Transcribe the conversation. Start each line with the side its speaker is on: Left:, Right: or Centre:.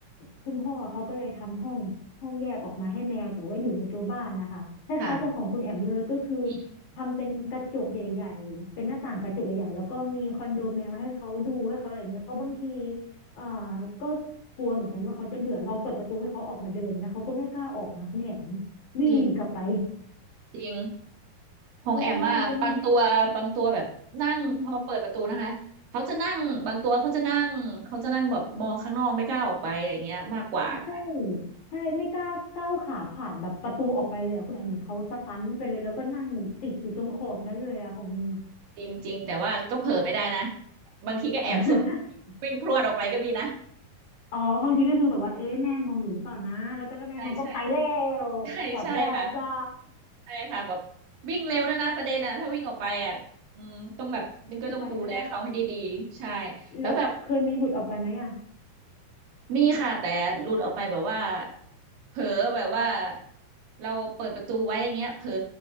Left: คุณพ่อเขาก็เลยทำห้องห้องแยกออกมาให้แมวแต่ว่าอยู่ในตัวบ้านนะคะคล้ายๆกับของคุณแอมเลยก็คือ
Right: อืมค่ะจ
Left: ทำเป็นกระจกใหญ่ๆเป็นหน้าต่างกระจกใหญ่ๆแล้วก็มีคอนโดแมวให้เขาดูให้เขาอะไรเงี้ยเพราะบางทีเอ่อก็กลัวเหมือนกันว่าเขาจะเบื่อลองเปิดประตูให้เขาออกมาเดินเงี้ยเขาก็ไม่กล้าออกนะคุณแอม วิ่งหนีกลับไป
Right: ริงจริงของแอมอะบางตัวบางตัวแบบนั่งพอเปิดประตูนะคะเขาจะนั่งบางตัวเขาจะนั่งเขาจะนั่งแบบมองข้างนอกไม่กล้าออกไปอะไรเงี้ยมากกว่าค่ะ
Left: เออเป็นอืมใช่ใช่ไม่กล้าก้าวขาผ่านแบบประตูออกไปเลยอะคุณแอมเหมือนเขาสตันไปเลยแล้วก็นั่งติดอยู่ตรงขอบนั้นเลยอะของนิมอะ
Right: จริงจริงแต่ว่าก็เผลอไม่ได้นะบางทีก็แอบสวน
Left: <laughs>
Right: วิ่งพรวดออกไปก็มีนะ
Left: อ๋อบางทีก็คือแบบว่าเอ๊ะแม่มองอยู่หรือเปล่านะแล้วก็ถ้าแม่มองก็ไปแล้วจับไม่ได้แล้วจ้า
Right: ใช่ใช่ใช่ใช่ค่ะ ใช่ค่ะแบบวิ่งเร็วด้วยนะประเด็นนะถ้าวิ่งออกไปอ่ะอืมต้องแบบนึงก็ต้องดูแลเขาให้ดีๆใช่
Left: <laughs> คือไปไม่ได้แล้วเคยมีหลุดออกไปไหมอ่ะ
Right: แล้วแบบมีค่ะแต่หลุดออกไปแบบว่าเผลอแบบว่าเราเปิดประตูไว้อย่างเงี้ยเผลอ